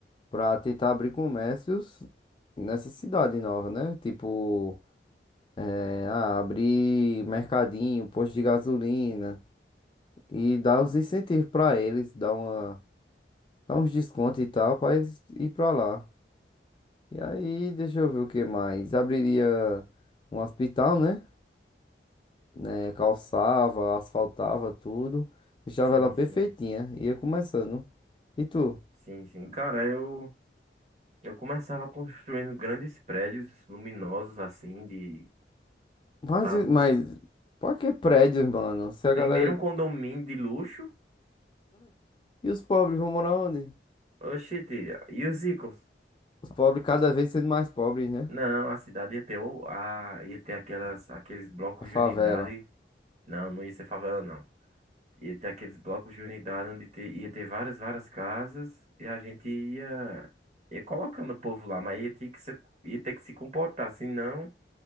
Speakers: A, on the left (about 25°); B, on the right (about 40°).
A: pra tentar abrir comércios nessa cidade nova, né? Tipo, eh, ah, abrir mercadinho, posto de gasolina. E dá uns incentivos pra eles, dá uma, dá uns descontos e tal, pra eles ir pra lá. E aí, deixa eu ver o que mais. Abriria um hospital, né? Né, calçava, asfaltava tudo, deixava
B: Sim,
A: ela perfeitinha,
B: sim,
A: ia começando. E tu?
B: sim, sim. Cara, eu eu começava construindo grandes prédios luminosos assim de
A: Mas,
B: pra-
A: mas, pra que prédios, mano? Se a
B: primeiro
A: galera.
B: um condomínio de luxo.
A: E os pobres vão morar onde?
B: Oxi, e os ricos?
A: Os pobres cada vez sendo mais pobres, né?
B: Não, a cidade ia ter o- a ia ter aquelas aqueles blocos
A: A favela.
B: de unidade. Não, não ia ser favela, não. Ia ter aqueles blocos de unidade onde te- ia ter várias, várias casas e a gente ia, ia colocando o povo lá, mas ia ter que se, ia ter que se comportar, senão.